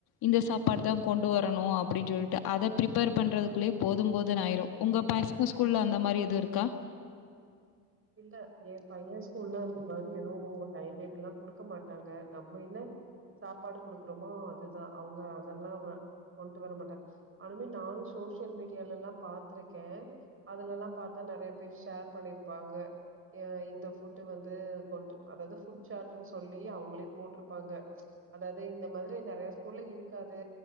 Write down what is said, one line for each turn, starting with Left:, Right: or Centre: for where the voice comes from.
Left: இந்த சாப்பாடு தா கொண்டு வரணு அப்பிடின் சொல்லிட்டு அத பிரிப்பேர் பண்றதுக்குள்ளயே போது போதுன்னு ஆயிரு உங்க பசங்க ஸ்கூல்ல அந்த மாரி எதுவு இருக்கா
Right: இல்ல ஏ பையன் ஸ்கூல்ல வந்த பாரு ஏதோ டைம் டேபிள்ல்லா குடுக்க மாட்டாங்க நம்ம என்ன சாப்பாடு குடுக்குறோமோ அதுதா அவுங்க அதெல்லா கொண்டு வர மாட்டாங்க ஆனுமே நானு சோசியல் மீடியாலல்லா பாத் த்ருக்கே அதுலல்லா பாத்தா நெறைய பேர் ஷேர் பண்ணிருக் வாங்க ய இந்த ஃபுட்டு வந்து கொண்டு அதாவதுன்னு ஃபுட்டு சார்ட்ன்னு சொல்லி அவுங்களே போட்டுருப்பாங்க அதாவது இந்த மாரி நெறைய ஸ்கூல்ல இருக்காது